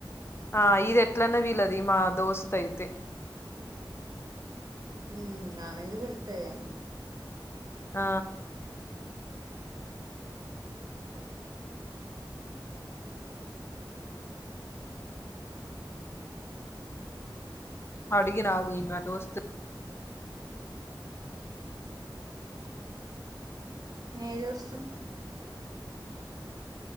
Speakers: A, on the left (about 30°); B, on the right (about 50°).
A: ఆ ఇది ఇట్లన పిలువదు మా దోస్తు అయితే
B: ఉ ఆమెందుకు పిలుత్తది గాని
A: ఆ
B: ఆ
A: అడిగిన ఆగు ఇగ మా దోస్తును
B: ఏ దోస్త్